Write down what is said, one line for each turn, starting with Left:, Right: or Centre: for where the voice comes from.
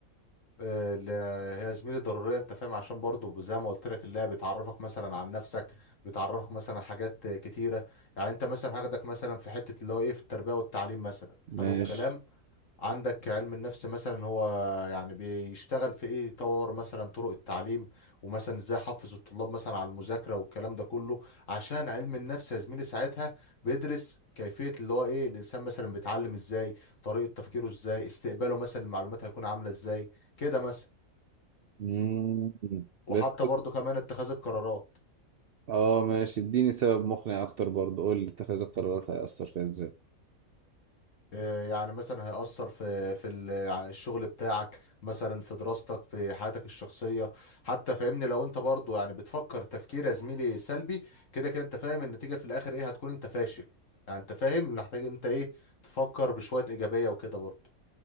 Left: آه، اللي هي زميلي ضرورية انت فاهم عشان برضو زي ما قلت لك اللعبة بتعرفك مثلا عن نفسك بتعرفك مثلا حاجات كتيرة يعني انت مثلا هاخدك مثلا في حتة اللي هو ايه في التربية والتعليم مثلا حلو
Right: ماشي
Left: الكلام عندك علم النفس مثلا هو يعني بيشتغل في ايه يطور مثلا طرق التعليم ومثلا ازاي احفز الطلاب مثلا على المذاكره والكلام ده كله عشان علم النفس يا زميلي ساعتها بيدرس كيفيه اللي هو ايه الانسان مثلا بيتعلم ازاي طريقه تفكيره ازاي استقباله مثلا المعلومات هيكون عامله ازاي كده مثلا
Right: مم.
Left: وحتى
Right: بس
Left: برضه كمان اتخاذ القرارات
Right: اه ماشي اديني سبب مقنع اكتر برضه قول لي اتخاذ القرارات هيأثر فيها ازاي
Left: آه، يعني مثلا هيأثر في في ال- ع- الشغل بتاعك مثلا في دراستك في حياتك الشخصية حتى فاهمني لو انت برضو يعني بتفكر تفكير يا زميلي سلبي كده كده انت فاهم النتيجة في الاخر ايه هتكون انت فاشل يعني انت فاهم محتاج انت ايه تفكر بشوية ايجابية وكده برضو